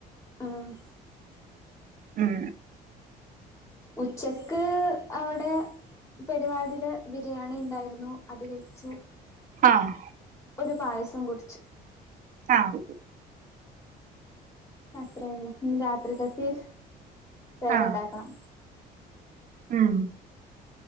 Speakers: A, on the left (about 20°); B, on the right (about 50°).
A: ആഹ്
B: ഉം
A: ഉച്ചക്ക് അവിടെ പരിപാടിയുടെ ബിരിയാണി ഉണ്ടായിരുന്നു അത് കഴിച്ചു
B: ആഹ്
A: ഒരു പായസും കുടിച്ചു
B: ആഹ്
A: അത്രയേള്ളു ഇനി രാത്രികക്ക് വേറെണ്ടാക്കണം
B: ആഹ് ഉം